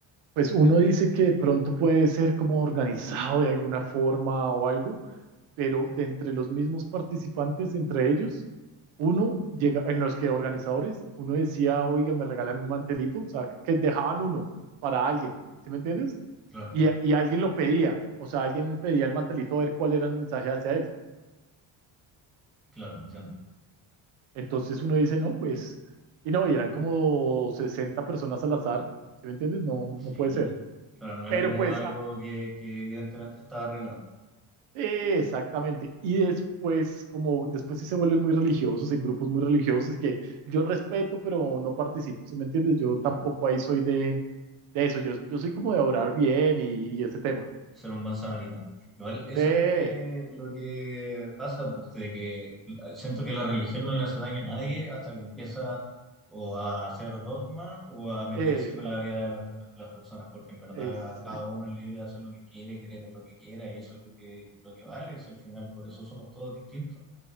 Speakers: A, on the right; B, in the centre.
A: pues uno dice que de pronto puede ser como organizado de alguna forma o algo, pero de entre los mismos participantes, entre ellos, uno llega, en los que organizadores, uno decía, oiga, me regalan un mantelito, o sea, que, que dejaban uno para alguien, ¿sí me entiendes?
B: Claro,
A: Y, y alguien lo pedía, o sea, alguien pedía el mantelito a ver cuál era el mensaje hacia él.
B: claro, entiendo.
A: Entonces uno dice, no, pues, y no, y eran como 60 personas al azar, ¿sí me entiendes? No,
B: Sí,
A: no puede ser.
B: claro, no era
A: Pero
B: como
A: pues
B: de algo que, que evidentemente estaba arreglado.
A: Exactamente. Y después, como después sí se vuelven muy religiosos, en grupos muy religiosos que yo respeto, pero no participo, ¿sí me entiendes? Yo tampoco
B: Claro.
A: ahí soy de, de eso, yo, yo soy como de orar bien y, y ese tema.
B: ser un buen samaritano. Igual eso
A: Sí,
B: es lo que, lo que pasa, pues de que eh, siento que la religión no le hace daño a nadie hasta que empieza o a hacer dogma o a meterse
A: exacto,
B: con la vida de las, per- las personas, porque en verdad
A: exacto,
B: cada uno es libre de hacer lo que quiere, creer en lo que quiera, y eso es lo que, lo que vale, es al final, por eso somos todos distintos.